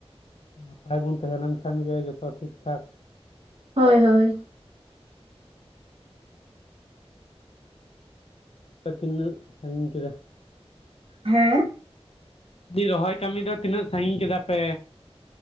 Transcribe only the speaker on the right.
ᱦᱳᱭ ᱦᱳᱭ᱾
ᱦᱮᱸ,